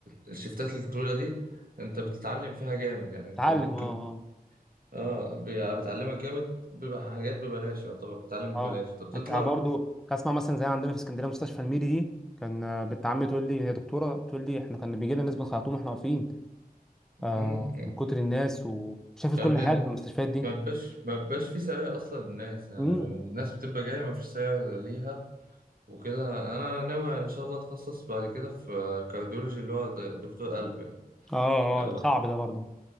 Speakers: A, on the right; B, in the centre.
A: الشفتات الطويله دي انت بتتعلم فيها جامد يعني انت
B: اتعلم
A: ممكن
B: اه اه
A: اه بي- بتعلمك جامد بيبقى حاجات ببلاش يعتبر بتتعلم
B: اه
A: ببلاش انت بتطلع
B: انت برضو اسمع مثلا زي عندنا في اسكندريه مستشفى الميري دي كان آه، بنت عمي تقول لي هي دكتوره تقول لي احنا كان بيجي لنا ناس بنخيطوم واحنا واقفين آه
A: امم
B: من كتر الناس وشافت
A: يا
B: كل
A: ابني
B: حاجه في المستشفيات دي
A: ما بيبقاش ما بيبقاش في سعي اصلا للناس يعني
B: امم
A: الناس بتبقى جايه ما فيش سعي ليها وكده انا ناوي ان شاء الله اتخصص بعد كده في كارديولوجي اللي هو د- دكتور قلب يعني
B: اه
A: اه
B: اه صعب ده برضه